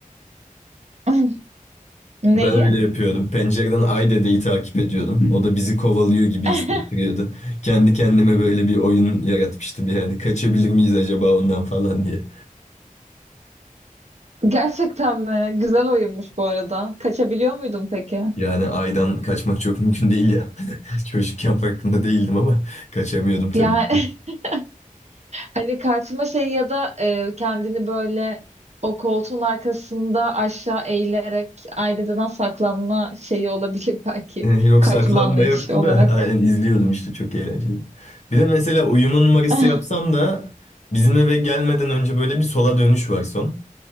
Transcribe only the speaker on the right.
<laughs> Neyi?
<laughs>
Gerçekten mi? Güzel oyunmuş bu arada. Kaçabiliyor muydun peki?
Yani
<laughs> hani karşıma şey ya da e, kendini böyle o koltuğun arkasında aşağı eğilerek aileden saklanma şeyi olabilir <laughs> belki.
Kaçma
anlayışı
olarak.
<laughs>